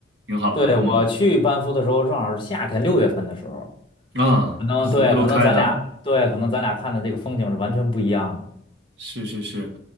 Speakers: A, on the right; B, on the left.
A: 挺好的，
B: 对，我去班夫的时候正好是夏天六月份的时候。
A: 嗯啊，
B: 可能对，
A: 湖都开的，
B: 可能咱俩对，可能咱俩看的这个风景是完全不一样的。
A: 是是是，